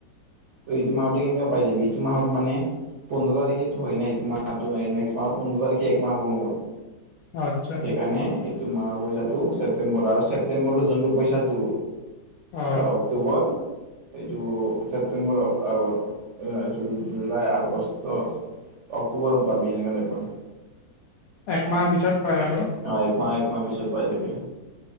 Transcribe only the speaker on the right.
ত' এইটো মাহতে কেনেকুৱা পাই যাবি। ইটো মাহত মানে পোন্ধৰ তাৰিখে ধৰে না ইটো মাহত হয় নেক্সট মাহৰ পোন্ধৰ তাৰিখে এক মাহ হ'ব মোৰ।
সেইকাৰণে এইটো মাহৰ পইচা টো ছেপ্টেম্বৰ আৰু ছেপ্টেম্বৰৰ যোনটো পইচাটো
অক্টোবৰ এইটো ছেপ্টেম্বৰ আগৰ এ জু জুলাই আগ আগষ্ট, অক্টোবৰত পাবি এনেকা টাইপৰ
অ' একমাহ একমাহ পিছত পাই থাকে।